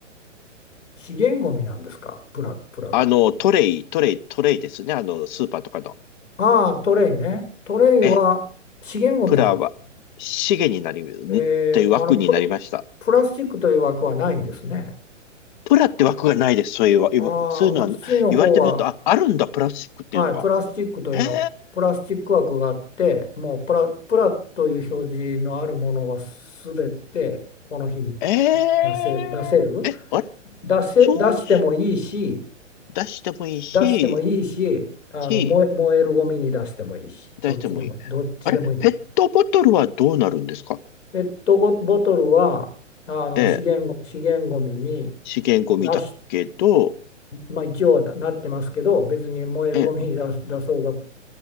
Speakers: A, on the left; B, on the left.
A: 資源ゴミなんですかプラ、プラが。
B: あの、トレイ、トレイ、トレイですね。あの、スーパーとかの。
A: ああ、トレイね。トレイは資源ゴミなんですか。
B: ええ、プラは、資源になり、んという枠になりました。
A: えー、あのプ、プラスチックという枠はないんですね。
B: プラって枠がないです。そういうわ、今そういうのは、
A: ああ、うちの方は、
B: 言われてみると、あ、あるんだ、プラスチックっていうのが。
A: はい、プラスチックというの、
B: へえ。
A: プラスチック枠があって、もうプラ、プラという表示のあるものはすべてこの日に
B: ええーえ、
A: 出せ、出せる。
B: あれ
A: 出せ、
B: そう
A: 出してもいいし、
B: 出してもいいし、
A: 出してもいいし、あの燃え、
B: し、
A: 燃えるゴミに出してもいいし、
B: 出してもいい。
A: どっちでも、どっちでもいいんです。
B: あれペットボトルはどうなるんですか
A: ペットボボトルはあの資源ご、
B: ええ、
A: 資源ごみに
B: 資源ゴミだけど、
A: 出し、まあ、一応はなってますけど、別に燃えるごみに出出そうが、
B: ええ、